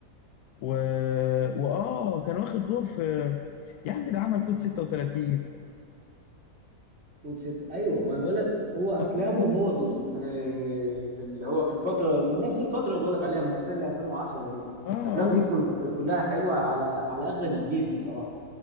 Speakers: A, on the left; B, on the right.
A: و... وآه كان واخد دور في يا عم ده عمل كود 36
B: كود ست ايوه ما انا بقول لك هو افلامه
A: آه
B: وهو ز- في في اللي هو في الفتره من نفس الفتره اللي بقول لك عليها من 2000 ل 2010 دي
A: آه آه
B: الافلام دي كن- كانت كلها حلوه على على اغلب الجيل بصراحه